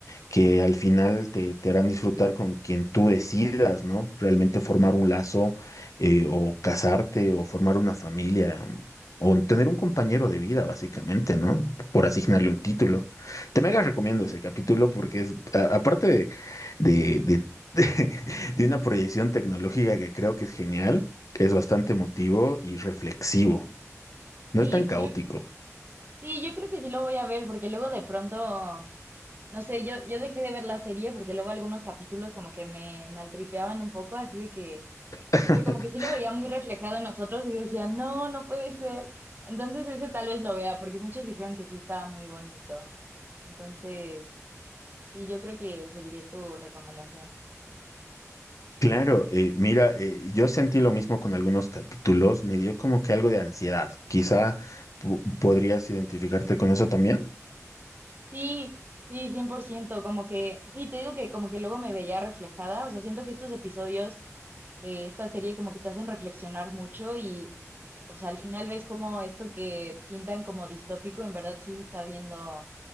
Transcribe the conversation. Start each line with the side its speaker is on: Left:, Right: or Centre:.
Left: que al final te, te harán disfrutar con quien tú decidas, ¿no? Realmente formar un lazo eh, o casarte o formar una familia mm, o tener un compañero de vida, básicamente, ¿no? Por asignarle un título. Te mega
Right: Sí,
Left: recomiendo
Right: sí.
Left: ese capítulo porque es, a- aparte de, de, de, <laughs> de una proyección tecnológica que creo que es genial, es bastante emotivo y reflexivo. No
Right: Sí,
Left: es tan
Right: pues
Left: caótico.
Right: yo, sí, yo creo que sí lo voy a ver porque luego de pronto... No sé, yo, yo dejé de ver la serie porque luego algunos capítulos como que me maltripeaban un poco, así de que,
Left: <laughs>
Right: no sé, como que sí lo veía muy reflejado en nosotros y decía, no, no puede ser. Entonces ese tal vez lo vea, porque muchos dijeron que sí estaba muy bonito. Entonces, sí, yo creo que seguiré tu recomendación.
Left: Claro, eh, mira, eh, yo sentí lo mismo con algunos capítulos, me dio como que algo de ansiedad. Quizá po- podrías identificarte con eso también.
Right: Sí, sí, 100%. como que, sí, te digo que como que luego me veía reflejada, o sea, siento que estos episodios de esta serie como que te hacen reflexionar mucho y, o sea, al final ves como esto que pintan como distópico, en verdad sí se está viendo,